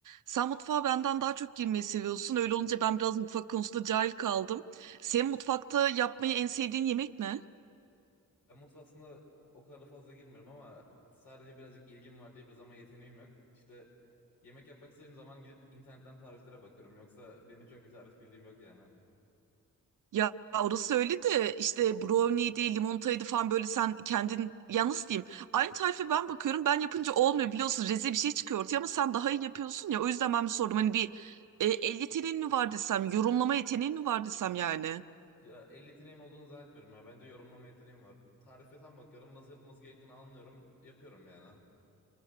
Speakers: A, on the right (about 70°); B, on the left (about 85°).
A: Sen mutfağa benden daha çok girmeyi seviyorsun. Öyle olunca ben biraz mutfak konusunda cahil kaldım. Senin mutfakta yapmayı en sevdiğin yemek ne?
B: Ben mutfağa aslında o kadar da fazla girmiyorum ama sadece birazcık ilgim var diye bir zaman yeteneğim yok. İşte yemek yapmak istediğim zaman gidip internetten tariflere bakıyorum. Yoksa benim çok bir tarif bildiğim yok yani.
A: Ya orası öyle de işte brownie'ydi, limonataydı falan böyle sen kendin yalnız diyeyim. Aynı tarife ben bakıyorum ben yapınca olmuyor biliyorsun rezil bir şey çıkıyor ortaya ama sen daha iyi yapıyorsun ya. O yüzden ben bir sordum hani bir e, el yeteneğin mi var desem, yorumlama yeteneğin mi var desem yani.
B: Ya el yeteneğim olduğunu zannetmiyorum ya. Bence yorumlama yeteneğim var. Tarife tam bakıyorum. Nasıl yapılması gerektiğini anlıyorum. Yapıyorum yani.